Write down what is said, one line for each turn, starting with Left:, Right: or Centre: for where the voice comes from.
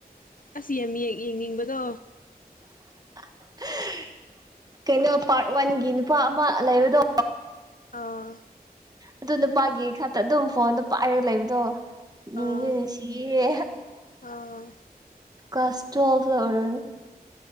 Left: ꯑꯁ ꯌꯥꯝ ꯌꯦꯡꯅꯤꯡꯕꯗꯣ
Right: <inaudible> ꯀꯩꯅꯣ ꯄꯥꯔꯠ ꯋꯥꯟꯒꯤ ꯅꯨꯄꯥ ꯑꯃ ꯂꯩꯕꯗꯣ
Left: ꯑꯥ
Right: ꯑꯗꯨ ꯅꯨꯄꯥꯒꯤ ꯈꯛꯇ ꯑꯗꯨꯝ ꯐꯣꯟ ꯅꯨꯄꯥ ꯍꯥꯏꯔꯒ ꯂꯩꯕꯗꯣ ꯅꯁꯨꯦ
Left: ꯑꯥ
Right: ꯅꯨꯡꯁꯤꯌꯦ
Left: ꯑꯥ
Right: ꯀꯁꯣ ꯐꯔ